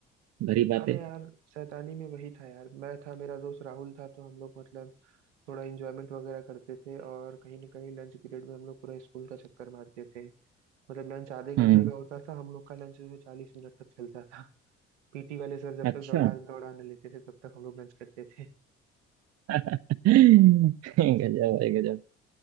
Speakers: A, on the right; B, on the right.
A: भरी बातें
B: अरे यार शैतानी में वही था यार मैं था मेरा दोस्त राहुल था तो हम लोग मतलब थोड़ा इंजॉयमेंट वगैरह करते थे और कहीं ना कहीं लंच पीरियड में हम लोग पूरा स्कूल का चक्कर मारते थे मतलब लंच आधे घंटे
A: हम्म
B: का होता था हम लोग का लंच जो है चालीस मिनट तक चलता था पीटी वाले सर जब
A: अच्छा
B: तक दौड़ा दौड़ाने लेते थे तब तक हम लोग लंच करते थे
A: <laughs> गजब है गजब